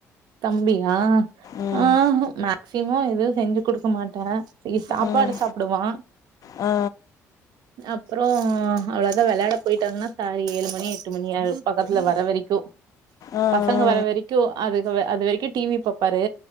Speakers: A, on the right; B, on the left.
A: தம்பியா
B: ம்
A: ஆ ஆ மேக்சிமம் எதுவு செஞ்சு கொடுக்க மாட்டே சாப்பாடு
B: ம்
A: சாப்பிடுவா
B: ஆ
A: அப்பறோ அவ்வளதா விளயாட போயிட்ட ஏழுமணி எட்டு மணி பக்கத்துல வர வரைக்கு
B: ஆ ஆ
A: பசங்க வர வரைக்கு அதுக்கு அது வரைக்கு டிவி பாப்பாரு